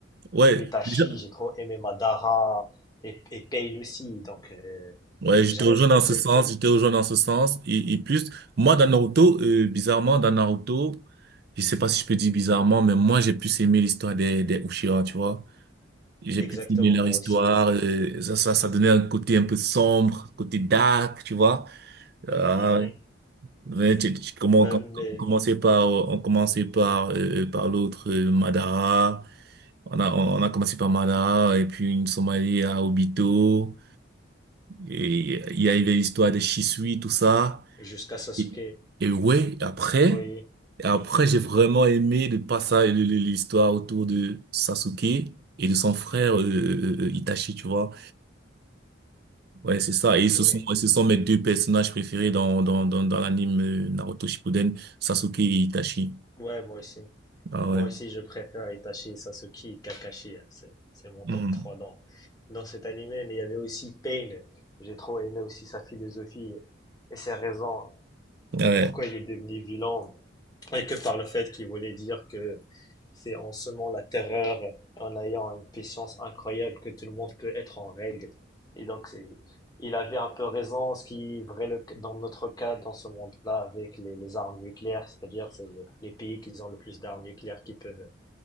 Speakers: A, on the right; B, on the left.
A: ouais.
B: euh, Itachi,
A: Déjà,
B: j'ai trop aimé Madara et, et Pain aussi. Donc, euh,
A: ouais,
B: j'a-
A: je te rejoins
B: je
A: dans
B: pensais
A: ce sens,
B: que
A: je te rejoins dans ce sens. Et, et plus, moi, dans Naruto, euh, bizarrement, dans Naruto, je sais pas si je peux dire bizarrement, mais moi, j'ai plus aimé l'histoire des, des Uchiha, tu vois. J'ai
B: exactement
A: plus aimé leur
B: moi
A: histoire.
B: aussi.
A: euh, ça, ça, ça donnait un côté un peu sombre, côté dark, tu vois. Ah
B: Mhm.
A: ouais. Ouais, tu- tu- comment,
B: Ben,
A: quand- quand
B: mais
A: on commençait
B: oui,
A: par, on commençait par, euh, euh, par l'autre, euh, Madara. On a, on a commencé par Madara, et puis une Somalie à Obito. Et il y avait l'histoire de Shisui, tout ça.
B: jusqu'à Sasuke.
A: Et, et ouais, après,
B: Oui,
A: après, j'ai vraiment aimé le passage, le- le- l'histoire autour de Sasuke et de son frère, euh, euh, euh, Itachi, tu vois. Ouais, c'est ça. Et ce
B: oui,
A: sont, ouais, ce sont mes deux personnages préférés dans, dans, dans, dans l'anime euh, Naruto Shippuden, Sasuke et Itachi.
B: ouais, moi aussi.
A: Ah ouais.
B: Moi aussi, je préfère Itachi, Sasuke, Kakashi. hein. C'est, c'est mon top
A: Mhm.
B: 3 dans, dans cet animé. Mais il y avait aussi Pain. J'ai trop aimé aussi sa philosophie et ses raisons
A: Ouais.
B: pourquoi il est devenu vilain. Et que par le fait qu'il voulait dire que C'est en semant la terreur, en ayant une puissance incroyable que tout le monde peut être en règle. Et donc, c'est, il avait un peu raison, ce qui est vrai le- dans notre cas, dans ce monde-là, avec les, les armes nucléaires, c'est-à-dire c'est le- les pays qui ont le plus d'armes nucléaires qui peuvent,